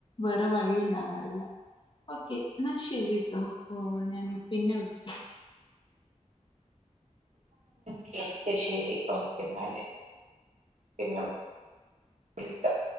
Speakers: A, on the left; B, on the right.
A: വേറെ വഴിയ ണ്ടാവാറില്ല. ഓക്കേ ന്നാ ശരി ട്ടോ ഓഹ് ഞാൻ പിന്നെ വിളി
B: ക്കെ ശരി ഓക്കെ ന്നാല് പിന്നെ വിളിക്കാം